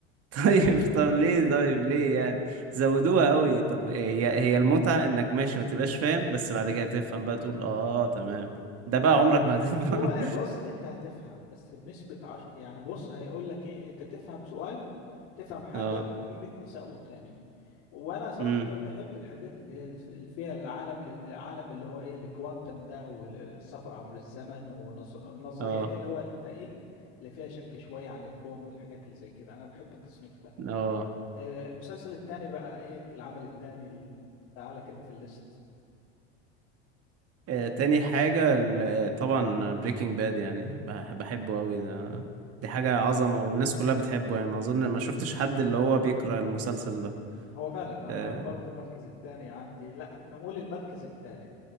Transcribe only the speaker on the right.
<laughs> طيب طب ليه طيب ليه يعني زودوها قوي طب هي هي المتعة انك ماشي ما تبقاش فاهم بس بعد كده تفهم بقى تقول اه تمام ده بقى
عمرك ما هتفهم
<laughs>
اه
امم
اه
اه
آه، تاني حاجة ال- آه، طبعا بريكنج باد يعني بح- بحبه قوي ده دي حاجة عظمة والناس كلها بتحبه يعني ما أظن ما شفتش حد اللي هو بيكره المسلسل ده
آه،